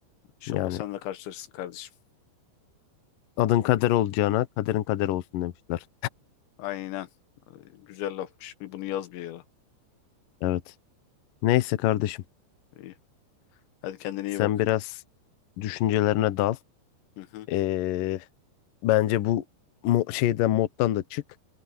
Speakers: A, on the left; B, on the left.
A: İnşallah
B: Yani
A: sen de karşılaşırsın kardeşim.
B: adın kader olacağına kaderin kader olsun demişler.
A: Aynen. Ee, Güzel lafmış. Bir bunu yaz bir yere.
B: Evet. Neyse kardeşim.
A: İyi. Hadi kendine
B: Sen
A: iyi bak.
B: biraz düşüncelerine dal.
A: Hı hı.
B: Ee, bence bu mo- şeyden moddan da çık.